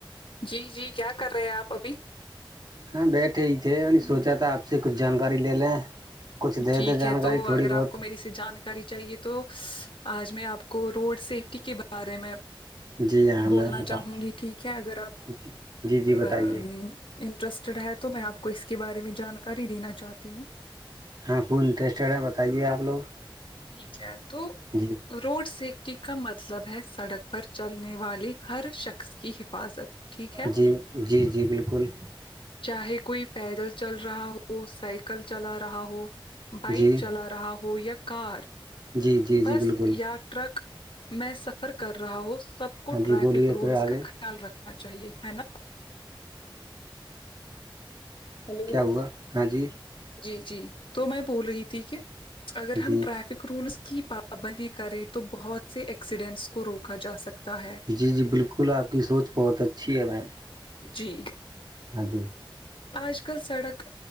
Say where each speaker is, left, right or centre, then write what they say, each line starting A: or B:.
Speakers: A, on the left; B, on the right.
A: جی جی کیا کر رہے ہیں آپ ابھی
B: ہاں بیٹھے ہی تھے سوچا تھا آپ سے کچھ جانکاری لے لیں کچھ دے
A: ٹھیک
B: دے جانکاری
A: ہے تو
B: تھوڑی
A: اگر
B: بہت
A: آپ کو میری جانکاری چاہیے تو آج میں آپ کو روڈ سیفٹی کے بارے میں
B: جی ہاں
A: بولنا
B: میم بتاؤ
A: چاہوں گی ٹھیک ہے اگر اپ
B: جی جی جی
A: ا
B: بتائیے
A: انٹرسٹڈ ہے تو میں آپ کو اس کے بارے میں جانکاری دینا چاہتی ہوں
B: ہاں کون انٹرسٹیڈ ہے بتائیے آپ لوگ
A: ٹھیک ہے تو
B: جی
A: روڈ سیفٹی کا مطلب ہے سڑک پر چلنے والے ہر شخص کی حفاظت ٹھیک ہے
B: جی جی جی بالکل
A: چاہے کوئی پیدل چل رہا ہو سائیکل چلا رہا ہو بائک
B: جی
A: چلا رہا ہو یا کار
B: جی جی جی
A: بس
B: بالکل
A: یا ٹرک میں سفر کر رہا ہووں سب کو
B: ہاں
A: ٹریفک
B: جی بولیے
A: رولز
B: پھر آگے
A: کا خیال رکھنا چاہیے ہے نا ہیلو
B: کیا ہوا ہاں جی
A: جی جی تو میں بول رہی تھی کہ اگر ہم
B: جی
A: ٹریفک رولس کی پابندی کریں تو بہت سے ایکسیڈنٹس کو روکا جا سکتا ہے
B: جی جی بالکل آپ کی سوچ بہت اچھی ہے میم
A: جی
B: ہاں جی
A: آج کل سڑک